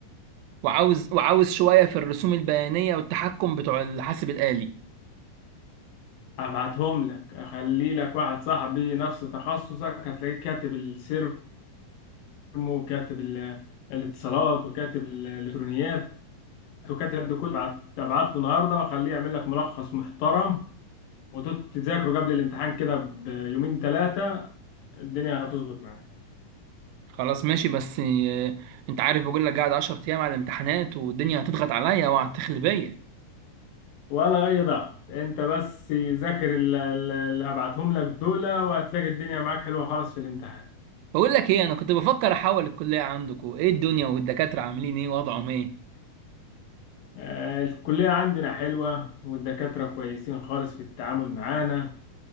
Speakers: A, on the right; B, on the left.
A: وعاوز وعاوز شويه في الرسوم البيانيه والتحكم بتوع الحاسب الآلي
B: هبعتهم لك أخلي لك واحد صاحبي نفس تخصصك هتلاقيه كاتب السيرمو وكاتب ال- الاتصالات وكاتب الإلكترونيات وكاتب ده كله هبعت- هبعت له النهارده وأخليه يعمل لك ملخص محترم وتذاكره قبل الامتحان كده بيومين ثلاثة الدنيا هتظبط معاك
A: خلاص ماشي بس آه، انت عارف بقول لك قاعد 10 ايام على الامتحانات والدنيا هتضغط عليا وهتخلي بيا
B: ولا أي ضغط أنت بس ذاكر ال- ال- اللي هبعتهم لك دول وهتلاقي الدنيا معاك حلوة خالص في الامتحان
A: بقول لك ايه انا كنت بفكر احول الكليه عندكم ايه الدنيا والدكاتره عاملين ايه وضعهم ايه
B: آه، الكلية عندنا حلوة والدكاترة كويسين خالص في التعامل معانا